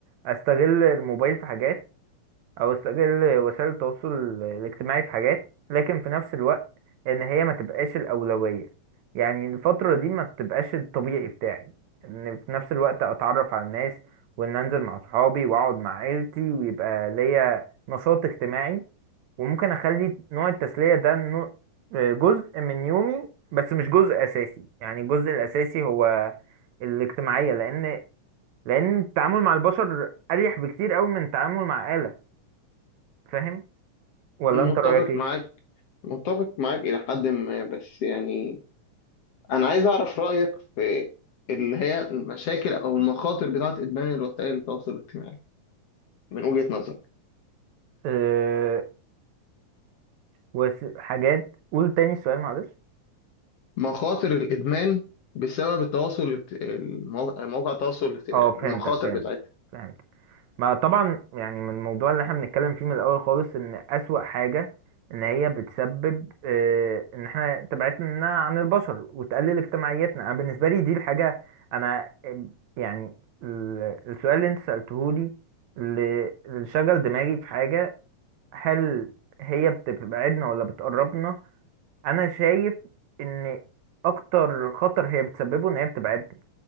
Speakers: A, on the right; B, on the left.
A: استغل الموبايل في حاجات او استغل وسائل التواصل الاجتماعي في حاجات لكن في نفس الوقت ان هي ما تبقاش الاولويه يعني الفتره دي ما تبقاش الطبيعي بتاعي ان في نفس الوقت اتعرف على الناس وان انزل مع صحابي واقعد مع عيلتي ويبقى ليا نشاط اجتماعي وممكن اخلي نوع التسليه ده نوع- جزء من يومي بس مش جزء اساسي يعني الجزء الاساسي هو الاجتماعيه لان لان التعامل مع البشر اريح بكتير قوي من التعامل مع آلة فاهم ولا
B: متفق
A: انت رأيك ايه
B: معاك متفق معاك إلى حد ما بس يعني أنا عايز أعرف رأيك في اللي هي المشاكل أو المخاطر بتاعت إدمان الوسائل التواصل الاجتماعي من وجهة نظرك
A: أه وس... حاجات قول تاني السؤال معلش
B: مخاطر الإدمان بسبب التواصل الاجت- المواقع مواقع التواصل الاجتماعي
A: اه فهمتك
B: المخاطر
A: فهمتك
B: بتاعتها
A: فهمتك ما طبعا يعني من الموضوع اللي احنا بنتكلم فيه من الاول خالص ان اسوأ حاجة ان هي بتسبب أه ان احنا تبعدنا عن البشر وتقلل اجتماعيتنا انا بالنسبة لي دي الحاجة انا آه، يعني ال- السؤال اللي انت سألته لي اللي اللي شغل دماغي في حاجة هل هي بتبعدنا ولا بتقربنا انا شايف ان اكتر خطر هي بتسببه ان هي بتبعدنا